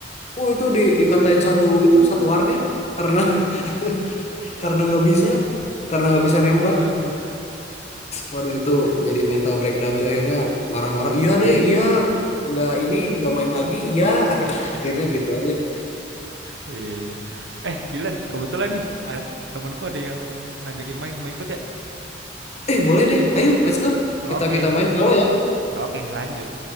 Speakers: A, on the left; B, on the right.
A: Oh itu di, dikatain satu itu satu warnet karena <laughs> karena nggak bisa karena nggak bisa nembak.
B: Waduh.
A: Waduh itu
B: Aduh.
A: jadi mental breakdown sih akhirnya marah-marah. Iya deh, iya nggak ini nggak main lagi. Iya <laughs> akhirnya gitu aja. <laughs>
B: Iya iya. Eh Dilan kebetulan nih a- temanku ada yang ngajakin main mau ikut gak?
A: Eh boleh deh, ayo let's go
B: Oke
A: kita kita main Valo ya.
B: oke lanjut.